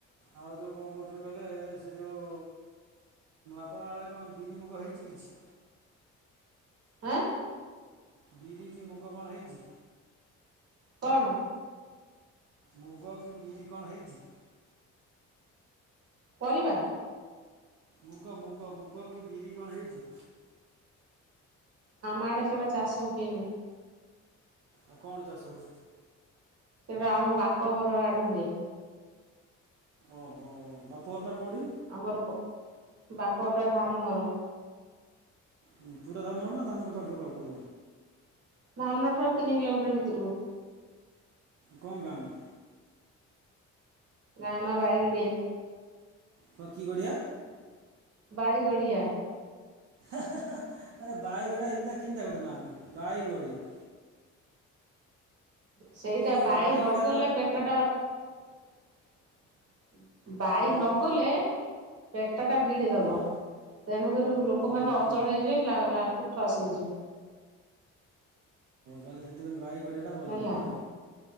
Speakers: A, on the right (about 75°); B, on the right (about 55°).
A: ଆଉ ଯୋଉ କଣ କହୁଥିଲେ କହିଲେ ସେ ଯଉ ଆପଣଙ୍କ ଆଡ଼େ କଣ ବିରି ମୁଗ ହେଇଛି କିଛି
B: ହଁ
A: ବିରି କି ମୁଗ କଣ ହେଇଛି
B: କଣ
A: ମୁଗ କି ବିରି କଣ ହେଇଛି
B: ପରିବା
A: ମୁଗ ମୁଗ ମୁଗ କି ବିରି କଣ ହେଇଛି
B: ଆମ ଆଡେ ସେଉଟା ଚାଷ ହୁଏନି
A: ଆଉ କଣ ଚା ସବୁ
B: ସେଟା ଆମ ବାପ ଘର ଆଡେ ହୁଏ
A: ଓହୋ ବାପୁଅଟା କୋଉଡିି
B: ଆମର ବାପଡ଼ ଟା ଧାମନର
A: ଁ ପୁରା ଧାମ ନନ ଧମ ପାଖରୁ କ କ
B: ଧାମନଠାରୁ ତିନି କିଲୋମିଟର ଭିତରକୁ
A: କ ଗାନା
B: ଗାନ ଭାଇ ଗଡ଼ିଆ
A: ହଁ କି ଗଢ଼ିଆ?
B: ବାରଗଡିଆ।
A: ଆରେ ବାଇଗଡିଆ ଏମିତି କେମିତି କରୋଟନା ବାଇଗଡିଆ
B: ସେଇଟା
A: ଏ ଯୋଉ
B: ବାାଇ
A: ବାଇଗଡାର
B: ନଗଲେ ପେଟ ଟା ହୁଁ। ବାାଇ
A: ହଁ
B: ନଗଲେ
A: ହଁ
B: ପ କଟଟା ଭୀଡ଼ଦବ
A: ହଁ
B: ତେଣୁକରି ଲୋକମାନେ
A: ହଁ
B: ଅଚଳ
A: ଏ
B: ହେଇଯିବେ ଲା ଠସ ହେଇଯିବେ
A: ତାଲେ ସେଥିାଇ ଗାଇ ଗୋ ଟା ଭଲାମ
B: ହେଲା
A: ନା